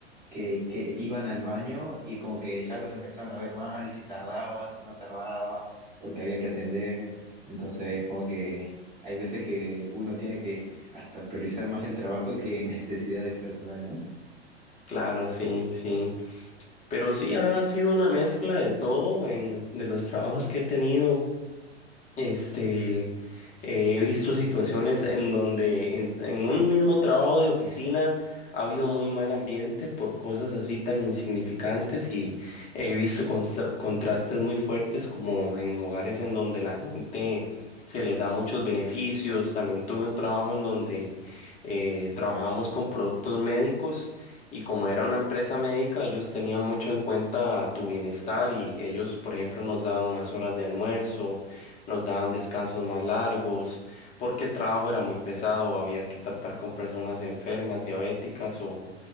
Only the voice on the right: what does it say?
que, que iban al baño y como que ya los empezaban a ver mal, si tardaba, si no tardaba, porque había que atender. Entonces, como que hay veces que uno tiene que hasta priorizar más el trabajo que <laughs> necesidades personales.